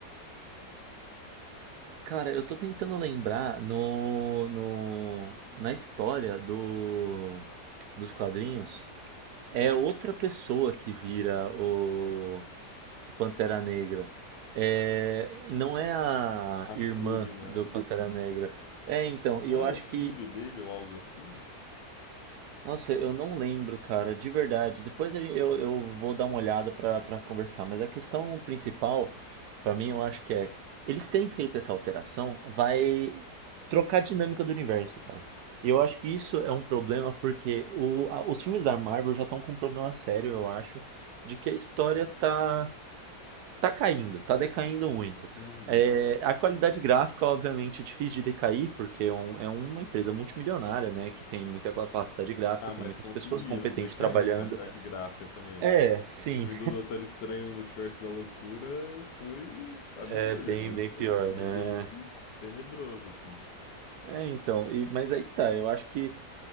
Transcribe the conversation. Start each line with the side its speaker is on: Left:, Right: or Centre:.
Right: Cara, eu tô tentando lembrar no, no, na história do, dos quadrinhos. É outra pessoa que vira o, o Pantera Negra. É, e não é a
Left: A
Right: irmã
Left: Shuri, né?
Right: do Pantera
Left: S-
Right: Negra. É, então,
Left: Não
Right: e eu
Left: é
Right: acho
Left: o filho
Right: que
Left: dele ou algo assim?
Right: Nossa, eu não lembro, cara, de verdade. Depois a gen- eu, eu vou dar uma olhada pra pra conversar, mas a questão principal, pra mim, eu acho que é, eles terem feito essa alteração vai trocar a dinâmica do universo, cara. E eu acho que isso é um problema porque o- a- os filmes da Marvel já estão com um problema sério, eu acho, de que a história tá Tá caindo, tá decaindo muito.
Left: Uhum.
Right: É, a qualidade gráfica, obviamente, é difícil de decair, porque é, um- é uma empresa multimilionária, né? Que tem muita capacidade gráfica,
Left: Ah, mas
Right: tem muitas
Left: conseguiram
Right: pessoas competentes
Left: decair
Right: trabalhando.
Left: a qualidade gráfica também.
Right: É, sim,
Left: O filme do Doutor Estranho no Multiverso da Loucura foi absurdo.
Right: é bem, bem pior,
Left: É um CGI
Right: né?
Left: tenebroso, assim.
Right: É, então, e- mas aí que tá, eu acho que